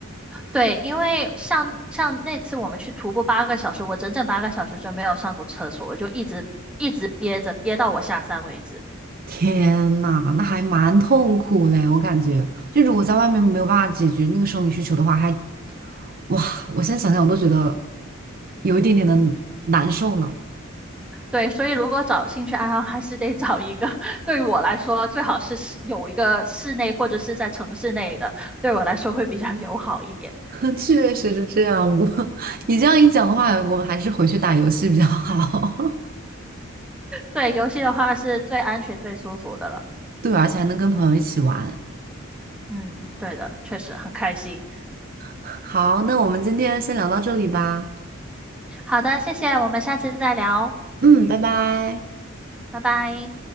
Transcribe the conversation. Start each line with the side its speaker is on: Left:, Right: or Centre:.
Centre: 对，因为像像那次我们去徒步八个小时，我整整八个小时就没有上过厕所，我就一直一直憋着，憋到我下山为止。
Right: 天呐，那还蛮痛苦嘞，我感觉，就如果在外面没有办法解决那个生理需求的话，还，哇，我现在想想我都觉得有一点点的难受呢。
Centre: 对，所以如果找兴趣爱好，还是得找一个 <laughs> 对于我来说最好是室有一个室内或者是在城市内的，对我来说会比较友好一点。
Right: <laughs> 确实是这样，不过你这样一讲的话，我们还是回去打游戏比较好。<laughs>
Centre: 对，游戏的话是最安全、最舒服的了。
Right: 对，而且还能跟朋友一起玩。
Centre: 嗯，对的，确实很开心。
Right: 好，那我们今天先聊到这里吧。
Centre: 好的，谢谢，我们下次再聊，
Right: 嗯，拜拜。
Centre: 拜拜。